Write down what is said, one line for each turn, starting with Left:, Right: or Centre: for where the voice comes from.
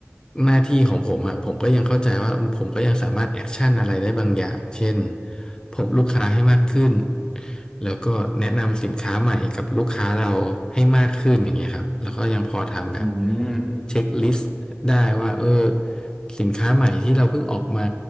Left: หน้าที่ของผมอะผมก็ยังเข้าใจว่าผมก็ยังสามารถแอคชั่นอะไรได้บางอย่างเช่นพบลูกค้าให้มากขึ้นแล้วก็แนะนำสินค้าใหม่กับลูกค้าเราให้มากขึ้นอย่างเงี้ยครับแล้วก็ยังพอทำแบบ
Centre: อืม
Left: เช็คลิสต์ได้ว่าเออสินค้าใหม่ที่เราเพิ่งออกมา